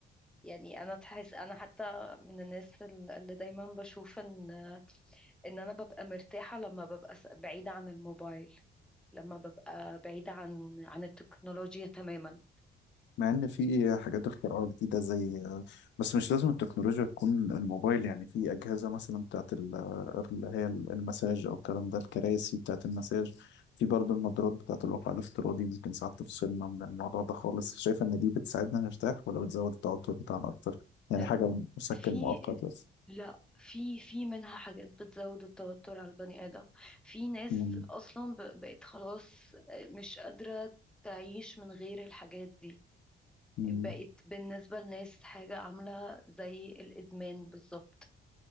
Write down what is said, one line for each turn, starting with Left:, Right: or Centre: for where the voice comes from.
Centre: يعني أنا تحس أنا حتى من الناس ال- اللي دايما بشوف إن إن أنا ببقى مرتاحة لما ببقى س- بعيدة عن الموبايل لما ببقى بعيدة عن عن التكنولوجيا تماما
Left: مع ان في حاجات اختراعات جديده زي بس مش لازم التكنولوجيا تكون الموبايل يعني في اجهزه مثلا بتاعت ال- اللي هي المساج او الكلام ده الكراسي بتاعت المساج في برضه النظارات بتاعت الواقع الافتراضي ممكن ساعات تفصلنا من الموضوع ده خالص شايف ان دي بتساعدنا نرتاح ولا بتزود التوتر بتاعنا اكتر يعني
Centre: آه،
Left: حاجه مسكن
Centre: في
Left: مؤقت بس
Centre: لا في في منها حاجات بتزود التوتر على البني آدم في ناس
Left: مم.
Centre: أصلا ب- بقت خلاص مش قادرة تعيش من غير الحاجات دي
Left: مم.
Centre: بقت بالنسبة لناس حاجة عاملة زي الإدمان بالظبط